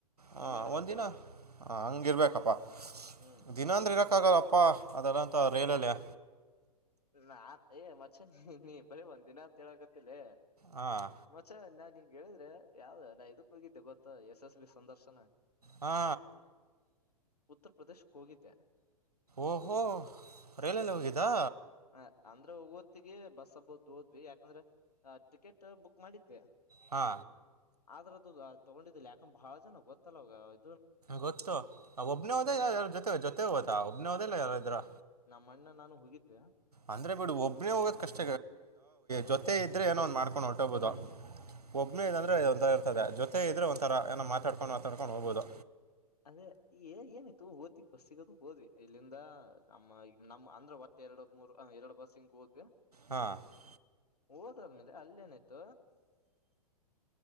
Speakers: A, on the right; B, on the left.
A: ಹ
B: ಹನ್ನೆರಡು ಗಂಟೆ
A: ಒಂದಿನ
B: ಅವ್ರದು
A: ಹ ಹಂಗಿರ್ಬೇಕಪ್ಪಾ
B: ಹ್ಮ್
A: ದಿನ ಅಂದ್ರೆ ಇರಕ್ಕ ಆಗಲ್ಲಪ್ಪ ಅಪ್ಪಾ ಅದೆೆಲ್ಲಾಂತ ರೈಲಲ್ಲಿಯಾ
B: ನಾನ್ ಏ ಮಚ್ಚ ನೀ ಬರೀ ಒಂದ್ ದಿನ ಅಂತ್ ಹೇಳ ಕತ್ತಿ ಲೆ
A: ಹಾಂ
B: ಮಚ್ಚಾ ನಾ ನಿನ್ ಕ ಹೇಳಿದ್ರೆ ಯಾವ್ದ ನಾ ಇದಕ್ಕ ಹೋಗಿದ್ದೆ ಗೊತ್ತ ಯಶಸ್ ಬಿ ಸಂದರ್ಶನ
A: ಹಾ
B: ಉತ್ತರ್ ಪ್ರದೇಶಕ್ ಹೋಗಿದ್ದೆ
A: ಓಹೋ ರೈಲಲ್ಲಿ ಹೋಗಿದ್ದಾ
B: ಹ ಅಂದ್ರೆ ಓತ್ತಿಗೆ ಬಸ್ ಹಬ್ಬದ ಓದ್ವಿ ಯಾಕಂದ್ರ ಟಿಕೆಟ್ ಬುಕ್ ಮಾಡಿದ್ವಿ
A: ಹಾ
B: ಆದದ್ರದದು ತಗೊಂಡಿದ್ದಿಲ್ಲ ಯಾಕಂದ ಬಾಳ ಜನ ಗೊತ್ತಲ್ಲ ಅವ
A: ಗೊತ್ತ್ತ ಒಬ್ನ ಹೊದ
B: ಕುಂಭ
A: ಯಾರಾರ ಜೊತೆ ಜತೆತ ಒಬ್ನ ಹೊದೆಲ್ಲಾ ಯಾರು ಇರ
B: ಮಣ್ಣ ನು ಹಗಿ ಅ
A: ಅಂದ್ರೆ ಬಿಡು ಒಬ್ನೇ ಹೋಗೋದ ಕಷ್ಟ ಜೊತೆ ಇದ್ರೆ ಏನೋ ಒಂದ್ ಮಾಡ್ಕೊಂಡ್ ಹೊಟೋಗಬೋುದ
B: ಹ್ಮ್
A: ಒಬ್ಮ್ಮೆ ಇದ ಅ್ರೆ ಒಂಂತರ ಇರ್ತದೆ ಜೊತೆ ಇದ್ರೆ ಒಂಥರ ಏನೋ ಮಾತಾಡ್ಕೊಂಡು ಮಾತಾಡ್ಕೊಂಡು ಹೋಗಬೋುದು
B: ಅದೇ ಏನಿತ್ತು ಓದತಿ ಬಸ್ಸಿಗದು ಹೋದ್ವಿ ಇಲ್ಲಿಂದ ನಮ್ಮ ನಮ್ ಅಂದ್ರ ಒಟ್ಟ ಎರಡು ಮೂರ್ ಎರಡ್ ಬಸ್ಿಂಗ್ ಹೋದ್ವಿ
A: ಹಾಂ
B: ಓ ನನ್ನ ಅಲ್ಲೇಏನಾಯತ